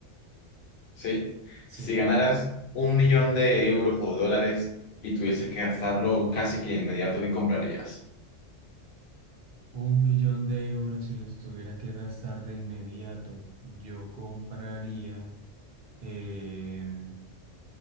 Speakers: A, on the left; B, on the right.
A: ¿Sí?
B: sí.
A: Si ganaras un millón de euros o dólares y tuvieses que gastarlo casi que de inmediato, ¿qué comprarías?
B: Un millón de euros si los tuviera que gastar de inmediato, yo compraría, eh,